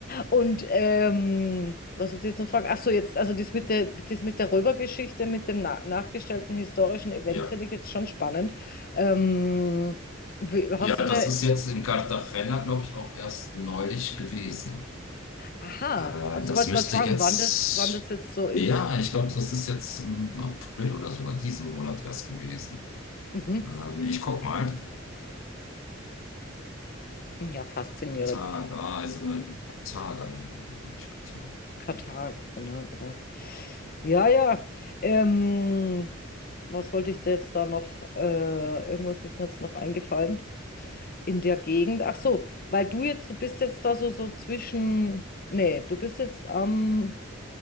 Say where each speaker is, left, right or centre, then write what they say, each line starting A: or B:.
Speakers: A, on the left (about 50°); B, on the left (about 80°).
A: Und ähm, was hat sie jetzt noch fragen? Ach so, jetzt, also das mit der, das mit der Röbergeschichte, mit dem na nachgestellten historischen Event
B: Ja.
A: finde ich jetzt schon spannend. Ähm, wie- hast
B: Ja, das
A: du eine,
B: ist jetzt in Cartagena, glaube ich, auch erst neulich gewesen.
A: aha,
B: Äh,
A: also
B: das
A: ich wollte
B: müsste
A: gerade fragen,
B: jetzt,
A: wann das, wann das jetzt so ist.
B: ja, ich glaube, das ist jetzt im April oder sogar diesen Monat erst gewesen.
A: Mhm.
B: Ähm, ich guck mal.
A: Ja, faszinierend.
B: Targa, also Targa nennt man, die, glaub ich, Targa.
A: Karthago, genau, genau. Ja, ja. Ähm, was wollte ich dir jetzt da noch? Äh, irgendwas ist mir jetzt noch eingefallen. in der Gegend. Ach so, weil du jetzt, du bist jetzt da so, so zwischen. Nee, du bist jetzt am.